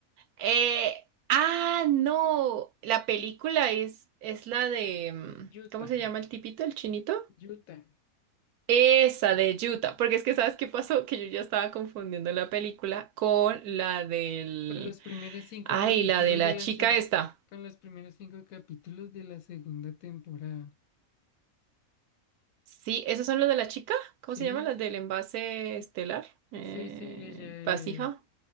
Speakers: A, on the right; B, on the left.
A: Eh, ah, no, la película es, es la de, mm,
B: Utah,
A: ¿cómo se llama el tipito, el chinito?
B: Utah,
A: Esa de Utah, porque es que ¿sabes qué pasó? Que yo ya estaba confundiendo la película con la del,
B: con los primeros cinco
A: ay,
B: capítulos
A: la de la
B: de la,
A: chica
B: se-
A: esta.
B: con los primeros cinco capítulos de la segunda temporada.
A: Sí, ¿esos son los de la chica? ¿Cómo
B: Sí,
A: se llama? Las del envase estelar, eh,
B: Sí, sí, ella. eh,
A: vasija.